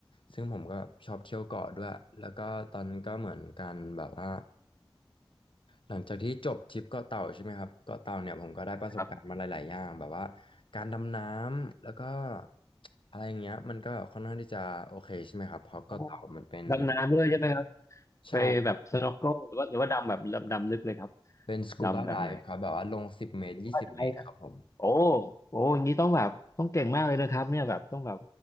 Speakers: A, on the left; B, on the left.
A: ซึ่งผมก็ชอบเที่ยวเกาะด้วยแล้วก็ตอนนั้นก็เหมือนกันแบบว่า หลังจากที่จบทริปเกาะเต่าใช่ไหมครับเกาะเต่าเนี่ยผมก็ได้ประสบการณ์มาหลายๆอย่างแบบว่า
B: ครับ
A: การดำน้ำแล้วก็อะไรอย่างเงี้ยมันก็ค่อนข้างที่จะโอเคใช่ไหมครับเพราะเกาะเต่ามันเป็น
B: โอ้ดำน้ำด้วยใช่ไหมครับ
A: ใช่ครับ
B: ไปแบบสน็อกเกิลหรือว่าหรือว่าดำแบบดำลึกเลยครับ
A: เป็นสกูบาไดฟ์ครับแบบว่าลงสิบเมตรยี่สิบเมตรครับผม
B: ดำแบบไหนรือว่าอะไร โอ้โอ้อย่างนี้ต้องแบบต้องเก่งมากเลยนะครับเนี่ยแบบต้องแบบ